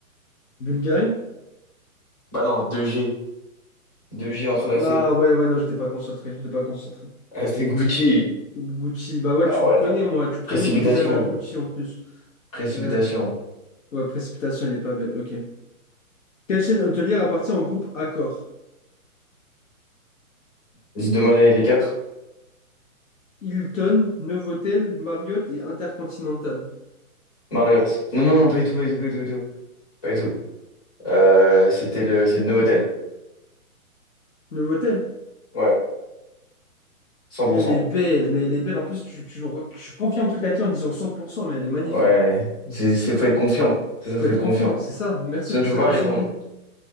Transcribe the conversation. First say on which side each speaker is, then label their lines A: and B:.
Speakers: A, on the left; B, on the left.
A: Bulgarie?
B: Bah non, deux G. Deux G entrelacés.
A: Ah ouais, ouais, non, j'étais pas concentré, j'étais pas concentré.
B: Ah, c'était Gucci.
A: Gucci, bah ouais,
B: Ah
A: tu
B: ouais,
A: me connais,
B: t'as-
A: moi, tu me
B: précipitation.
A: connais que je vais jamais à Gucci en plus.
B: Précipitation.
A: Euh, ouais, précipitation, elle est pas belle, ok. Quelle chaîne hôtelière appartient au groupe Accor?
B: Vas-y, demande les les quatre.
A: Hilton, Novotel, Marriott et Intercontinental.
B: Marriott. Non, non, non, pas du tout, pas du tout, pas du tout, pas du tout. Pas du tout. Euh, c'était le, c'est le Novotel.
A: Novotel?
B: Ouais, 100%.
A: Elle est belle, mais elle est belle. En plus, tu, tu, re- tu confirmes ce que tu as dit en disant 100%, mais elle est magnifique.
B: Ouais, c'est, c'est, faut être confiant. C'est ça, faut
A: Faut être
B: être
A: confiant,
B: confiant.
A: c'est ça. Merci
B: Sinon,
A: pour
B: tu
A: cette
B: peux pas
A: leçon
B: répondre.
A: de vie.